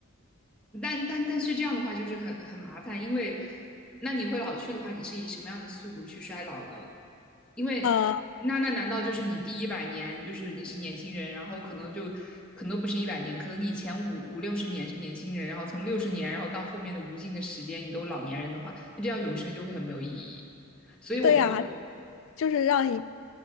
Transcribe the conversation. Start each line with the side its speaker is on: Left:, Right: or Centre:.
Centre: 但但但是这样的话就是很很麻烦，因为那你会老去的话，你是以什么样的速度去衰老呢？因为那那难道就是你第一百年就是你是年轻人，
Left: 啊？
Centre: 然后可能就可能都不是一百年，可能你前五五六十年是年轻人，然后从六十年，然后到后面的无尽的时间，你都老年人的话，那这样永生就会很没有意义。所以我们就
Left: 对呀，就是让一